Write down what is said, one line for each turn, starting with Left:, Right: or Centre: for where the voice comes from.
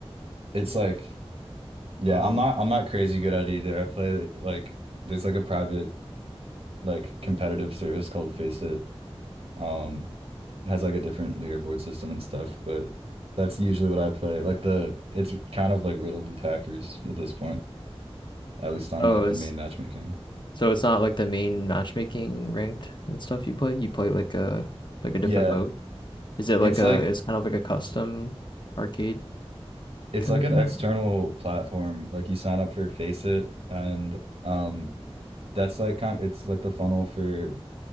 Right: it's like Yeah,
Left: mhm.
Right: I'm not I'm not crazy good at it either. I play like there's like a private like competitive service called Face It. Um it has like a different leaderboard system and stuff, but that's usually what I play. Like the it's kind of like riddled with hackers at this point, at least on
Left: Oh,
Right: like
Left: it's
Right: the main matchmaking.
Left: so it's not like the main matchmaking ranked and stuff you play. You play like a like a different
Right: Yeah,
Left: mode. Is it like
Right: it's
Left: a?
Right: like
Left: It's kind of like a custom arcade
Right: it's
Left: kind
Right: like
Left: of
Right: an
Left: game.
Right: external platform. Like you sign up for Faceit and um that's like kind it's like the funnel for